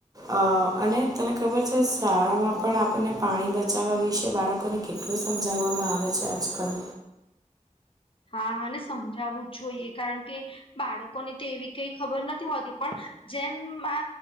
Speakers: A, on the right; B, on the left.
A: અ અને તને ખબર છે, શાળામાં પણ આપણને પાણી બચાવવા વિશે બાળકોને કેટલું સમજાવવામાં આવે છે, આજકાલ
B: હા અને સમજાવવું જ જોઈએ કારણ કે બાળકોને તો એવી કઈ ખબર નથી હોતી પણ જેમ આ